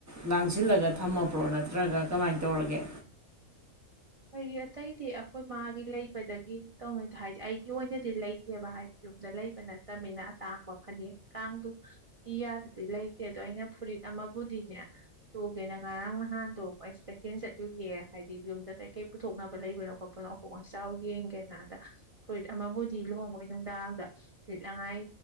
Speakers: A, on the right; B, on the right.
A: ꯂꯥꯡꯁꯤꯜꯂꯒ ꯊꯝꯃꯕ꯭ꯔꯣ ꯅꯠꯇ꯭ꯔꯒ ꯀꯃꯥꯏꯅ ꯇꯣꯔꯒꯦ
B: ꯍꯩ ꯑꯇꯩꯗꯤ ꯑꯈꯣꯏ ꯃꯥꯒꯤ ꯂꯩꯕꯗꯒꯤ ꯇꯧꯅꯤꯗꯣ ꯍꯥꯏꯗꯤ ꯑꯩꯒꯤ ꯑꯣꯏꯅꯗꯤ ꯂꯩꯇꯦꯕ ꯍꯥꯏꯗꯤ ꯌꯨꯝꯗ ꯂꯩꯕ ꯅꯠꯇꯕꯅꯤꯅ ꯑꯇꯥꯡꯕ ꯐꯅꯦꯛ ꯀꯥꯡꯗꯨ ꯏꯌꯥꯗꯗꯤ ꯂꯩꯇꯦ ꯑꯗꯨꯗꯣ ꯑꯩꯅ ꯐꯨꯔꯤꯠ ꯑꯃꯕꯨꯗꯤꯅꯦ ꯇꯨꯒꯦꯅ ꯉꯔꯥꯡ ꯅꯍꯥꯟꯗꯣ ꯑꯩꯁꯨ ꯀꯩꯊꯦꯜ ꯆꯠꯂꯨꯌꯦ ꯍꯥꯏꯗꯤ ꯌꯨꯝꯗ ꯀꯩ ꯀꯩ ꯄꯨꯊꯣꯛꯅꯕ ꯂꯩꯕꯅꯣ ꯈꯣꯠꯄꯅꯣ ꯑꯍꯣꯡ ꯑꯆꯥꯎ ꯌꯦꯡꯒꯦꯅ ꯑꯗ ꯐꯨꯔꯤꯠ ꯑꯃꯕꯨꯗꯤ ꯂꯨꯍꯣꯡꯉꯣꯏ ꯅꯨꯡꯗꯥꯡꯗ ꯂꯤꯠꯅꯉꯥꯏ